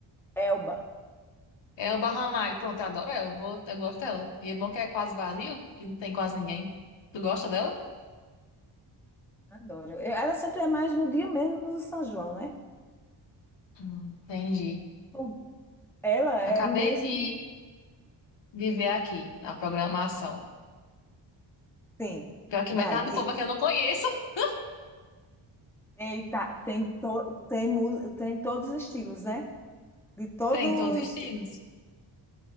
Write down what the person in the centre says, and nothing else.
Elba.
Adoro. Eu- Ela sempre é mais no dia mesmo do São João, né?
O- Ela é
mesmo.
Sim.
Vai.
De...
Eita, tem, to... tem, mu- tem todos os estilos, né? De todo
estilo.